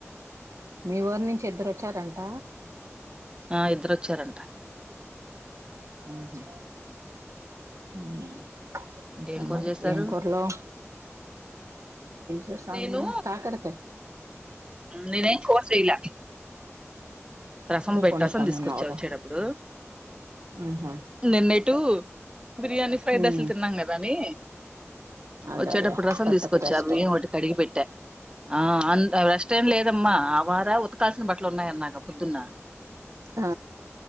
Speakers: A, on the right; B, on the right.
A: మీ ఊరి నుంచి ఇద్దరు వచ్చారంట
B: ఆ ఇద్దరొచ్చారంట
A: ఊహూ హ్మ్ ఇంకే
B: ఏం కూర
A: మరి
B: చేశారు
A: ఏం కూరలు చేసాను
B: నేను
A: కాకరకాయ్
B: నేనేం కూర చేయలా రసం పెట్టా
A: వండుతానన్నావు
B: రసం తీసుకొచ్చా
A: కదా
B: వచ్చేటప్పుడు
A: ఉహు
B: నిన్న ఎటు బిర్యానీ ఫ్రైడ్
A: ఉమ్
B: రైస్ లు తిన్నాం కదా అని
A: అదేలే
B: వచ్చేటప్పుడు రసం
A: పొట్టకి
B: తీసుకొచ్చా
A: రెస్ట్
B: అ బియ్యం ఒకటి కడిగి పెట్టా ఆ రెస్ట్ ఏం లేదమ్మా ఆ వార ఉతకాల్సిన బట్టలు ఉన్నాయ అన్నాగా పొద్దున్న
A: ఆ